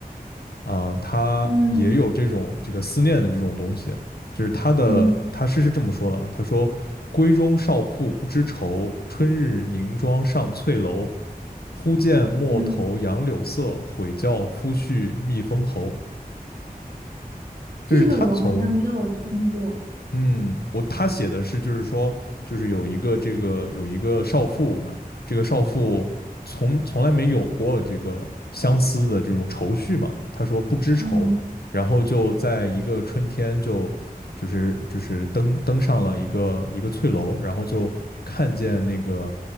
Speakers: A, on the left; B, on the right.
A: 啊，他也有这种这个思念的这种东西，
B: 嗯
A: 就是他的他诗是这么说的啊，
B: 嗯
A: 他说：“闺中少妇不知愁，春日凝妆上翠楼。忽见陌头杨柳色，
B: 嗯。
A: 悔教夫婿觅封侯。”
B: 这个我好像没有听过，
A: 就是他从嗯，我他写的是，就是说，就是有一个这个有一个少妇呢，这个少妇从从来没有过这个相思的这种愁绪嘛，她说不知愁，
B: 嗯
A: 然后就在一个春天就就是就是登登上了一个一个翠楼，然后就看见那个